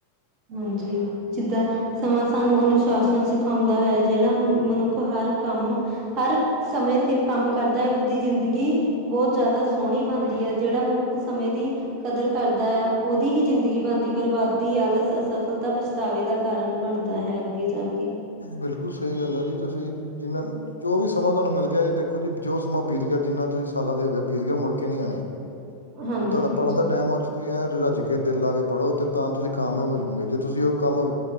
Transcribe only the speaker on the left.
ਬਿਲਕੁਲ ਸਹੀ ਗੱਲ ਐ ਜੀ ਤੁਸੀਂ ਜਿੰਨਾ ਜੋ ਵੀ ਸਮਾਂ ਤੁਹਾਨੂੰ ਮਿਲ ਗਿਆ ਜੀ ਦੇਖੋ ਜੀ ਜੋ ਬੀਤ ਗਿਆ ਜਿੰਨਾ ਤੁਸੀਂ ਸਾਲਾਂ ਦੇ ਹੋ ਗੇ ਬੀਤ ਗਿਆ ਮੁੜ ਕੇ ਨਹੀਂ ਆਣੇ,
ਜੇ ਤੁਹਾਡਾ
ਪੜਨ ਦਾ ਟੈਮ ਤੁਸੀਂ ਐਂ ਰੱਜ ਕੇ ਦਿਲ ਆ ਕੇ ਪੜ੍ਹੋ ਤੇ ਤਾਂ ਤੁਸੀਂ ਕਾਮਯਾਬ ਹੋਜਊਗੇ ਜੇ ਤੁਸੀਂ ਉਹ ਕੰਮ